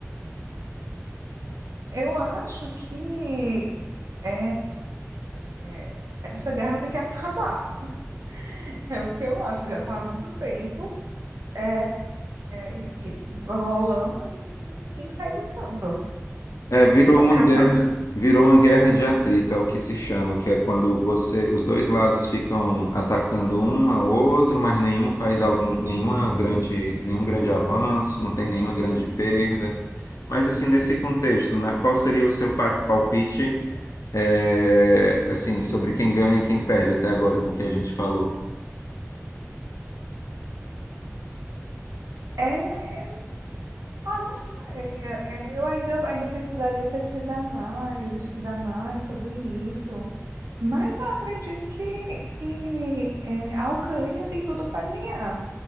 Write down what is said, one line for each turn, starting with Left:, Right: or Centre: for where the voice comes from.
Right: Eu acho que é, é, essa guerra tem que acabar. <laughs> É o que eu acho, que já está há muito tempo é, é, e- rolando e ninguém sai do canto.
Left: É, virou
Right: É o
Left: uma
Right: que eu
Left: guerra,
Right: acho.
Left: virou uma guerra de atrito, é o que se chama, que é quando você, os dois lados ficam atacando um ao outro, mas nenhum faz algum, nenhuma grande, nenhum grande avanço, não tem nenhuma grande perda. Mas assim, nesse contexto, na- qual seria o seu pa- palpite, é, assim, sobre quem ganha e quem perde até agora com o que a gente falou?
Right: É, ah, não sei. É, é, eu ainda, ainda precisaria pesquisar mais, estudar mais sobre isso. Mas eu acredito que, que é, a Ucrânia tem tudo para ganhar.